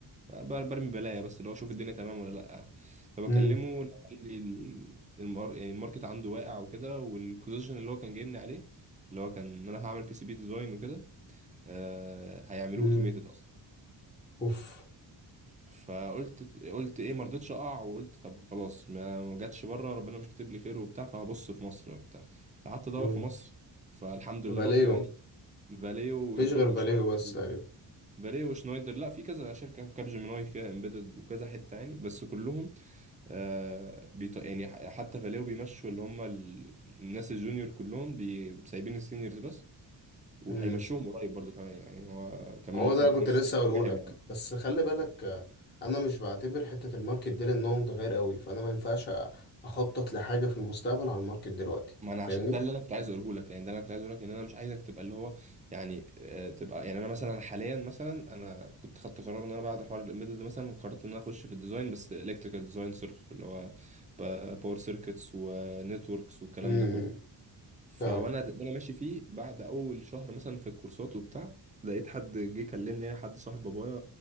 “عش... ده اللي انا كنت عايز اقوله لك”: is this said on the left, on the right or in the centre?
Right